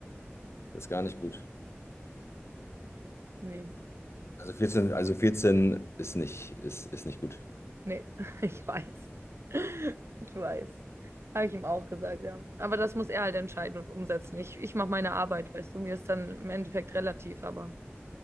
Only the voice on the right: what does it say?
Nee,
nee, <laughs> ich weiß. <laughs> Ich weiß. Habe ich ihm auch gesagt, ja. Aber das muss er halt entscheiden und umsetzen. Ich, ich mache meine Arbeit, weißt du, mir ist dann im Endeffekt relativ, aber.